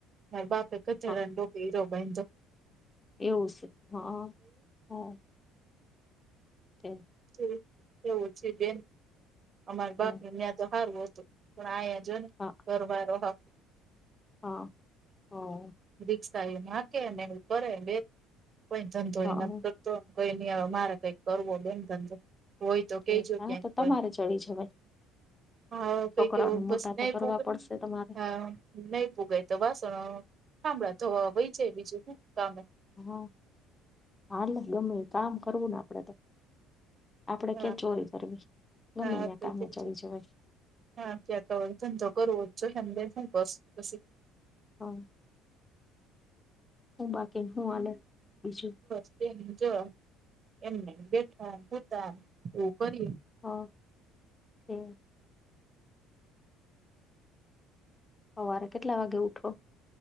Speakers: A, on the right; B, on the left.
A: મારા બાપ એ ગધેડા
B: હા
A: ના ટોપે હીરો બાંઈધો.
B: એવું છે હા હા. તે
A: થોડુંક એવું છે બેન. અમારી
B: હમ,
A: બાપ ન્યા તો હારું હતું પણ આયા જો ને.
B: હા.
A: ઘરવારો હાવ
B: હા હા
A: રિકક્ષાય એને હાકે ને એનું કરે બેન કોઈ ધંધો
B: હા
A: એ નથ કર તો કઈ ન હવે મારે કઈક કરવો બેન ધંધો. હોય તો
B: તે.
A: કહી જો
B: હા,
A: ક્યાક
B: તો તમારે
A: કોઈ હોય.
B: ચડી જવાય
A: હા કઈક
B: છોકરાઓને
A: એવું બસ
B: મોટા
A: નહી
B: તો કરવા
A: કોક
B: પડશે તમારે
A: હા. નહી પૂગાય તો વાસણો થામડા ધોવા વય જાય બીજું હું કામે.
B: હા હાલે ગમે ઈ કામ કરવું ને આપડે તો. આપડે
A: હા
B: ક્યાં ચોરી કરવી ગમે
A: હા આપડે
B: ન્યા કામે ચડી
A: ત્યાં છે
B: જવાય.
A: હા ક્યાંક હવે ધંધો કરવો જોહે ને બે હું કરશું પછી.
B: હા. હું બાકીન હું હલે બીજું.
A: કંઈ નહી જોઓ એમનેમ બેઠાન હુતાન એવું કરીએ.
B: હા એમ. હવારે કેટલા વાગે ઉઠો.